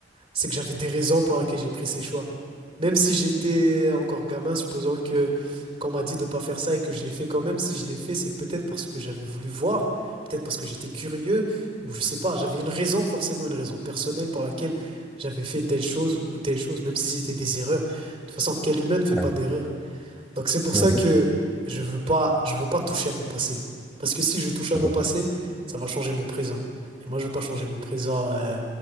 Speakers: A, on the right; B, in the centre.
A: c'est que j'avais des raisons pour lesquelles j'ai pris ces choix. Même si j'étais encore gamin, supposons que qu'on m'a dit de pas faire ça et que je l'ai fait quand même, si je l'ai fait, c'est peut-être parce que j'avais voulu voir, peut-être parce que j'étais curieux, ou je sais pas, j'avais une raison, forcément une raison personnelle pour laquelle j'avais fait telle chose ou telle chose, même si c'était des erreurs. De toute façon, quel humain ne fait
B: ouais.
A: pas d'erreur? Donc c'est pour
B: Mhm.
A: ça que je veux pas, je veux pas toucher à mon passé. Parce que si je touche à mon
B: Je vois,
A: passé, ça va changer mon présent. Et moi, je veux pas changer mon présent euh,